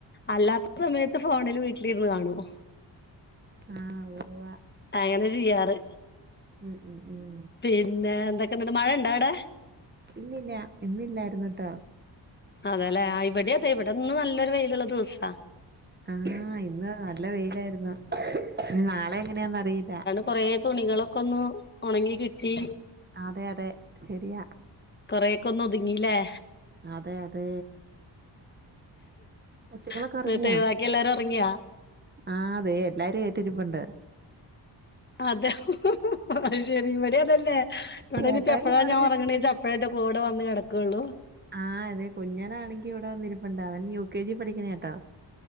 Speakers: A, on the left; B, on the right.
A: അല്ലാത്ത സമയത്ത് ഫോണിൽ വീട്ടിലിരുന്ന് കാണും..
B: ആഹ് ഒയിവാ..
A: അങ്ങനെ ചെയ്യാറ്..
B: ഉം ഉം ഉം..
A: പിന്നെ എന്തൊക്കെണ്ട് മഴ ഇണ്ടാ അവിടെ..
B: ഇല്ലില്ല ഇന്നില്ലായിരുന്ന് ട്ടോ..
A: അതെല്ലെ ഇവിടെ അതെ ഇവിടെന്ന് നല്ലൊരു വെയിലുള്ള ദിവസാ..
B: ആഹ ഇന്ന് നല്ല വെയിലായിരുന്നു ഇനി നാളെ എങ്ങനെയാന്നറിയില്ല..
A: കൊറെ തുണികളൊക്കെ ഒന്ന് ഉണങ്ങി കിട്ടി..
B: അതെ അതെ ശെരിയാ..
A: കൊറെക്കെന്ന് ഒതുങ്ങില്ലേ..
B: അതെ അതെ കൊച്ചുങ്ങള്ളൊക്കെ
A: എന്നിട്ട്
B: ഉറങ്ങിയാ..
A: ബാക്കി എല്ലാരും ഉറങ്ങിയാ
B: ആഹ് അതെ എല്ലാരും കേറ്റിരിപ്പുണ്ട്..
A: അതെ അത് ശെരി ഇവിടെ അതന്നെ.. ഇവിടെ
B: ചേട്ടായി
A: ഇനിചെപ്പളാ
B: അവിടെ
A: ഞാൻ
B: ഇരുന്ന്
A: ഉറങ്ങണച്ച
B: ടി
A: അപ്പഴ കൂടെ വന്ന് കിടക്കയുള്ളൂ..
B: ആഹ അതെ കുഞ്ഞനാണെങ്കി ഇവിടെ വന്നിരിപ്പുണ്ട് അവൻ യു കെ ജി പഠിക്കണേ ട്ടോ..